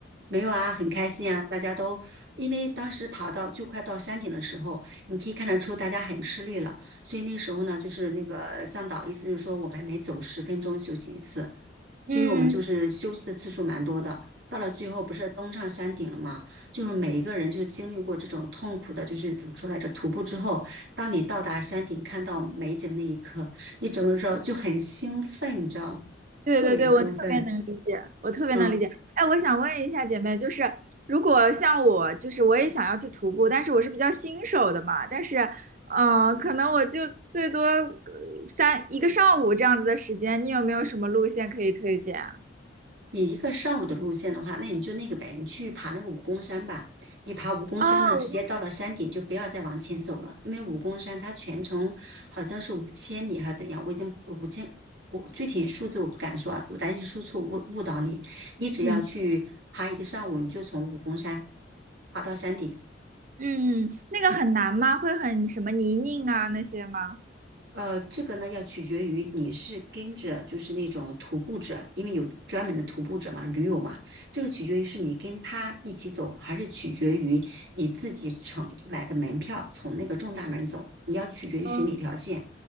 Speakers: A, on the right; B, on the right.
A: 没有啊，很开心啊！大家都因为当时爬到就快到山顶的时候，你可以看得出大家很吃力了，所以那时候呢，就是那个向导意思就是说我们每走十分钟休息一次，所以我们就是休息的次数蛮多的。
B: 嗯，
A: 到了最后不是登上山顶了吗？就是每一个人就经历过这种痛苦的，就是怎么说来着，徒步之后，当你到达山顶看到美景那一刻，你整个时候就很兴奋，你知道吗？
B: 对对对，
A: 特别兴奋，
B: 我特别能理解，我特别能理解。
A: 嗯。
B: 哎，我想问一下姐妹，就是如果像我，就是我也想要去徒步，但是我是比较新手的嘛，但是，嗯、呃可能我就最多呃三一个上午这样子的时间，你有没有什么路线可以推荐啊？
A: 你一个上午的路线的话，那你就那个呗，你去爬那个武功山吧。你爬武功山呢，
B: 哦，
A: 直接到了山顶就不要再往前走了，因为武功山它全程好像是五千米还是怎样，我已经五千，我具体数字我不敢说啊，我担心说错误误导你。你只要去爬一个上午，
B: 嗯
A: 你就从武功山爬到山顶。
B: 嗯，那个很难吗？会很什么泥泞啊那些吗？
A: 呃，这个呢要取决于你是跟着就是那种徒步者，因为有专门的徒步者嘛，驴友嘛，这个取决于是你跟他一起走，还是取决于你自己乘买的门票从那个正大门走，你要取决于选哪条线。
B: 嗯，